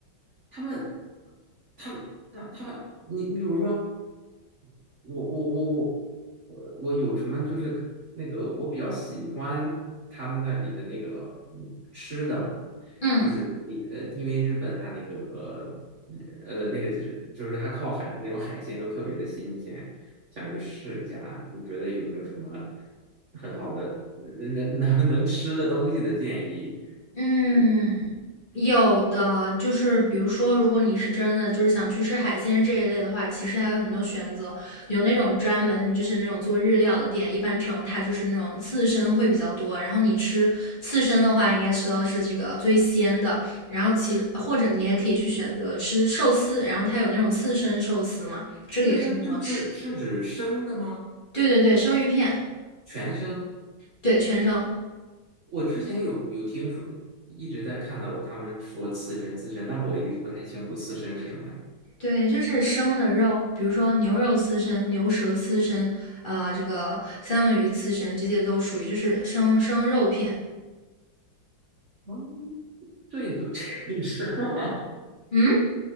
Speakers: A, on the right; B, on the left.
A: 他们，他们，他他们，你你比如说，我我我我我我有什么就是那个我比较喜欢他们那里的那个嗯吃的嘛，
B: 嗯
A: 就是呃，因为日本它那个呃那个就是就是它靠海的那种海鲜都特别的新鲜，想去试一下啊，你觉得有没有什么很好的呃能能能吃的东西的建议？
B: 嗯，有的就是比如说，如果你是真的就是想去吃海鲜这一类的话，其实还有很多选择，有那种专门就是那种做日料的店，一般这种它就是那种刺身会比较多，然后你吃刺身的话，应该吃到是这个最鲜的，然后其或者你也可以去选择吃寿司，然后它有那种刺身寿司嘛，这个也是很好吃的。
A: 刺身就是是指生的吗？
B: 对对对，生鱼片，
A: 全生？
B: 对，全生。
A: 我之前有有听说，一直在看到他们说刺身刺身，但我一直不太清楚刺身是什么呀。
B: 对，就是生的肉，比如说牛肉刺身、牛舌刺身，啊、这个三文鱼刺身，这些都属于就是生生肉片。
A: 哦 <laughs> 这也可以吃吗？
B: 嗯，